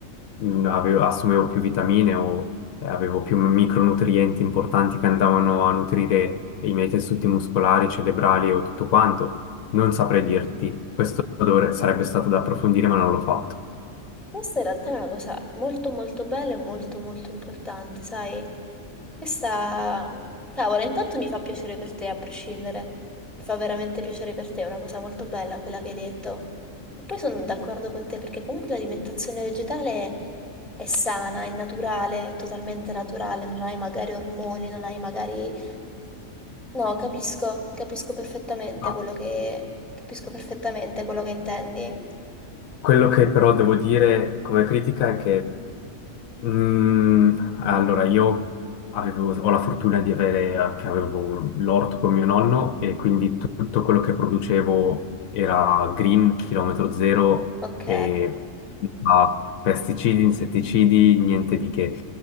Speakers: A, on the left; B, in the centre.
A: mh, avevo- assumevo più vitamine o eh, avevo più micronutrienti importanti che andavano a nutrire i miei tessuti muscolari, cerebrali o tutto quanto. Non saprei dirti, questo dovre- sarebbe stato da approfondire, ma non l'ho fatto.
B: Questa in realtà è una cosa molto, molto bella e molto, molto importante, sai? Questa, cavolo, intanto mi fa piacere per te a prescindere, mi fa veramente piacere per te, è una cosa molto bella quella che hai detto. E poi sono d'accordo con te perché comunque l'alimentazione vegetale è sana, è naturale, è totalmente naturale, non hai magari ormoni, non hai magari... No, capisco, capisco perfettamente
A: Ma
B: quello che... capisco perfettamente quello che intendi.
A: quello che però devo dire come critica è che Mm, allora, io avevo, ho la fortuna di avere, eh, che avevo l'orto con mio nonno e quindi tu- tutto quello che producevo era green, chilometro zero
B: Ok.
A: e senza pesticidi, insetticidi, niente di che.